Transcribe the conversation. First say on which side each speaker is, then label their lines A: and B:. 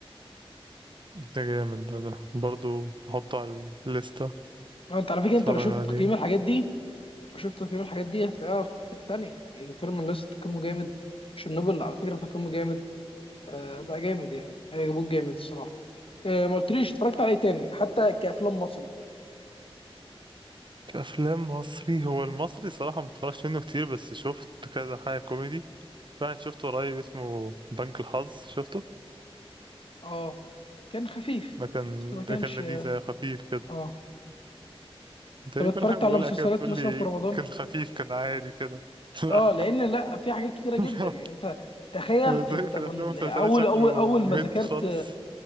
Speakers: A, on the right; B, on the left.
A: ده جامد ده, ده برضو هحطه على الليستة
B: آه، أنت على فكرة أنت
A: اتفرج
B: لو شفت
A: عليه
B: تقييم الحاجات دي لو شفت تقييم الحاجات دي هتلاقيها في حتة تانية يعني ديترمين ليست تقييمه جامد تشيرنوبل على فكرة تقييمه جامد آه، ده جامد يعني هي جابوه جامد الصراحة آه، ما قلتليش اتفرجت عليه تاني حتى كأفلام مصري
A: كأفلام مصري هو المصري صراحة ما بتفرجش منه كتير بس شفت كذا حاجة كوميدي واحد شفته قريب اسمه بنك الحظ شفته
B: اه كان خفيف
A: ده كان
B: بس ما كانش
A: ده كان لذيذ
B: اه
A: آه، خفيف كده.
B: آه.
A: انت
B: طب
A: ليه
B: اتفرجت
A: كل حاجة بقولها
B: على مسلسلات
A: كده بتقول
B: مثلا
A: لي
B: في رمضان
A: كان خفيف كان عادي كده <laughs> لا
B: اه لان لا في حاجات كتيره جدا
A: لا.
B: يعني انت تخيل
A: انا ذوقي
B: انت
A: في
B: من
A: الافلام والمسلسلات
B: اول
A: شكله
B: اول اول
A: ميد
B: ما ذاكرت
A: خالص